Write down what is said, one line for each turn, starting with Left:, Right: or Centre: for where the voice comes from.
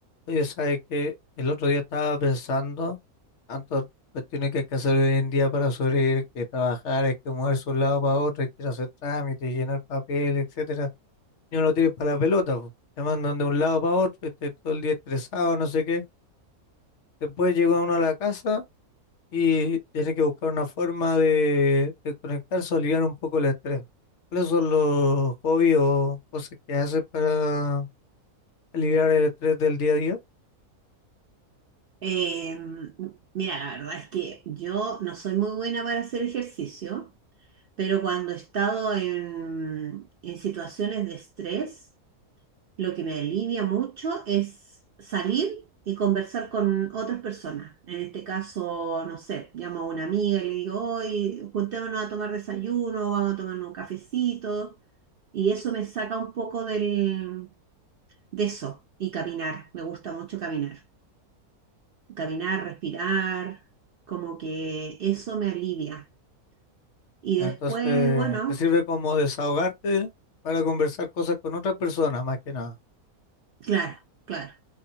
Left: Oye, sabe que El otro día estaba pensando, tantas cuestiones que hay que hacer hoy en día para sobrevivir, que trabajar, hay que moverse de un lado para otro, hay que ir a hacer trámites, llenar papel, etcétera. Y uno lo tiene para la pelota, po. Te mandan de un lado para otro, y estás todo el día estresado, no sé qué. Después llega uno a la casa y tiene que buscar una forma de, de conectarse o aliviar un poco el estrés. ¿Cuáles son los hobbies o cosas que haces para aliviar el estrés del día a día?
Right: Eh, mira, la verdad es que yo no soy muy buena para hacer ejercicio, pero cuando he estado en, en situaciones de estrés, lo que me alivia mucho es salir y conversar con otras personas. En este caso, no sé, llamo a una amiga y le digo, hoy juntémonos a tomar desayuno, vamos a tomar un cafecito, y eso me saca un poco del, de eso y caminar. Me gusta mucho caminar caminar, respirar, como que eso me alivia. Y
Left: Entonces,
Right: después, bueno,
Left: te sirve como desahogarte para conversar cosas con otra persona, más que nada.
Right: claro, claro.